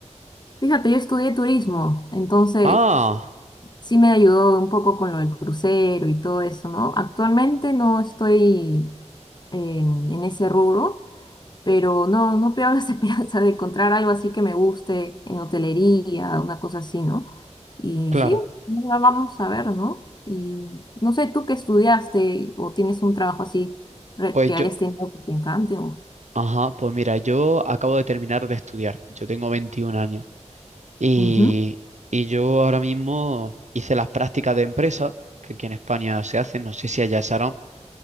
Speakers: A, on the left (about 35°); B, on the right (about 70°).
A: Fíjate, yo estudié turismo, entonces
B: Ah,
A: sí me ayudó un poco con lo del crucero y todo eso, ¿no? Actualmente no estoy en, en ese rubro, pero no, no pierdo las <laughs> esperanzas de encontrar algo así que me guste en hotelería, una cosa así, ¿no? Y
B: claro.
A: sí, la vamos a ver, ¿no? Y no sé, tú qué estudiaste o tienes un trabajo así re-
B: Pues
A: que
B: yo,
A: hayas tenido que te encante o...
B: ajá, pues mira, yo acabo de terminar de estudiar. Yo tengo 21 años y,
A: Ujú,
B: y yo ahora mismo hice las prácticas de empresa, que aquí en España se hacen, no sé si allá se harán,